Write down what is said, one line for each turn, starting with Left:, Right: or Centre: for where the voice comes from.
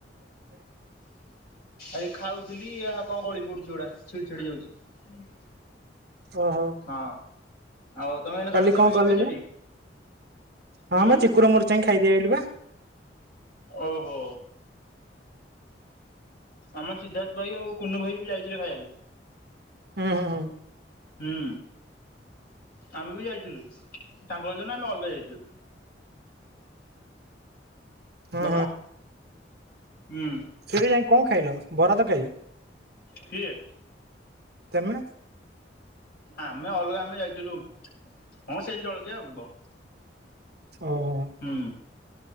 Left: ଆ ଖାଉଥିଲି କଣ ଗଳି ପଡୁଛି ଏଗୁଡା। ଛିଡ଼ ଛିଡ଼ି ଯାଉଛି।
Right: ଓହୋ
Left: ହଁ ଆଉ ତମେ ଏନେ
Right: କାଲି
Left: ଜଳଖିଆ
Right: କଣ
Left: ବଳଖିଆ
Right: କଲେଜ?
Left: ଖାଇଛଟି? ହୁଁ
Right: ହଁ ବା ଚିକୁର ମୋର୍ ଯାଇକି ଖାଇଦେଇ ଆଇଲୁ ପା।
Left: ଓହୋ। ଆମର ସିଦ୍ଧାର୍ଥ ଭାଇ ଆଉ କୁନୁ ଭାଇ ବି ଯାଇଥିଲେ ଖାଇବାକୁ।
Right: ହୁଁ ହୁଁ ହୁଁ।
Left: ହୁଁ ଆମେ ବି ଯାଇଥିଲୁ ତାଙ୍କଜ ଆମେ ଅଲଗା ଯାଇଥିଲୁ।
Right: ହୁଁ
Left: ବାବା ହୁଁ
Right: ତୁ ନାଇଁ କଣ ଖାଇଲ ବରା ତ ଖାଇ
Left: ଥିଏ।
Right: ତେମେ?
Left: ଆମେ ଅଲଗା ଆମେ ଯାଇଥିଲୁ ହଁ ସେମିତି ଜଳଖିଆ ଆଉ।
Right: ଓହୋ।
Left: ହୁଁ